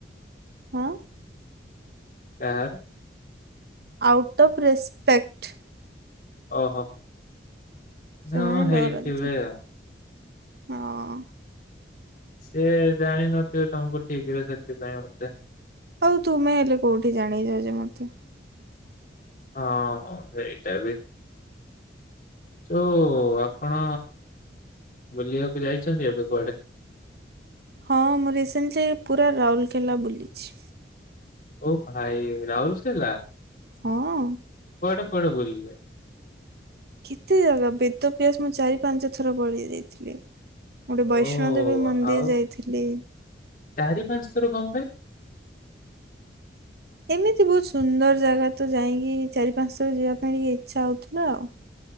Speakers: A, on the right; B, on the left.
A: ହଁ
B: କାହାର
A: ଆଉଟ୍ ଅଫ୍ ରେସ୍ପେକ୍ଟ।
B: ଓ ହୋ।
A: ସେମାନେ
B: ହଁ
A: ଡରନ୍ତି
B: ହେଇଥିବେ ଆଉ।
A: ହଁ।
B: ସେ ଜାଣିନଥିବେ ତମକୁ ଠିକ ରେ ସେଥିପାଇଁ ଗୋଟେ।
A: ଆଉ ତୁମେ ହେଲେ କୋଉଠି ଜାଣେଇଛ ଯେମିତି।
B: ହଁ ସେଇଟା ବି ଯୋଉ ଆପଣ ବୁଲିବାକୁ ଯାଇଛନ୍ତି ଏବେ କୁଆଡେ?
A: ହଁ ମୁଁ ରିସେଣ୍ଟଲି ପୁରା ରାଉରକେଲା ବୁଲିଛି।
B: ଓହ ଭାଇ ରାହୁଲ କେଲା
A: ହଁ।
B: କଆଡେ କୁଆଡେ ବଲିଲୁ।
A: କେତେ ଜାଗା ବେଦ ପି୍ୟାସ ମୁଁ ଚାରି ପାଞ୍ଚ ଥର ବଢେଇ ଦେଇଥିଲି। ଗୋଟେ
B: ଓ
A: ବୈଷ୍ଣୋ ଦେବୀ ମନ୍ଦିର
B: ଆଉ
A: ଯାଇଥିଲି।
B: ଚାରି ପାଞ୍ଚ ଥର କଣ ପାଇଁ?
A: ଏମିତି ବହୁତ ସୁନ୍ଦର ଜାଗା ତ ଯାଇକି ଚାରି ପାଞ୍ଚ ଥର ଯିବା ପାଇଁ ଟିକେ ଇଚ୍ଛା ହଉଥିଲା ଆଉ।